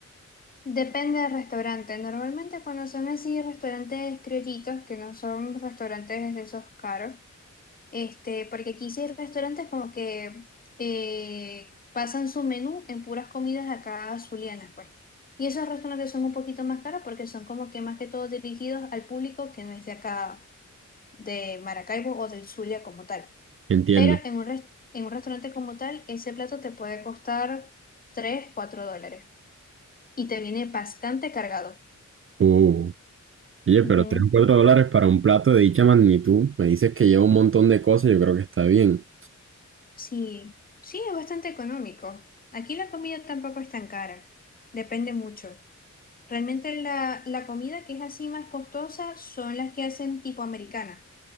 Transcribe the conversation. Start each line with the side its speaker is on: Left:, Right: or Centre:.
Left: Depende del restaurante. Normalmente cuando son así restaurantes criollitos, que no son restaurantes de esos caros, Este, porque aquí sí hay restaurantes como que eh, pasan su menú en puras comidas acá azulianas, pues. Y esos restaurantes son un poquito más caros porque son como que más que todo dirigidos al público que no es de acá, de Maracaibo o del Zulia como tal.
Right: Entiendo.
Left: Pero en un, res- en un restaurante como tal, ese plato te puede costar tres cuatro dólares. Y te viene bastante cargado.
Right: Uh, oye, pero
Left: Ujú.
Right: 3 o 4 dólares para un plato de dicha magnitud, me dices que lleva un montón de cosas, yo creo que está bien.
Left: Sí, sí, es bastante económico. Aquí la comida tampoco es tan cara. Depende mucho. Realmente la, la comida que es así más costosa son las que hacen tipo americana,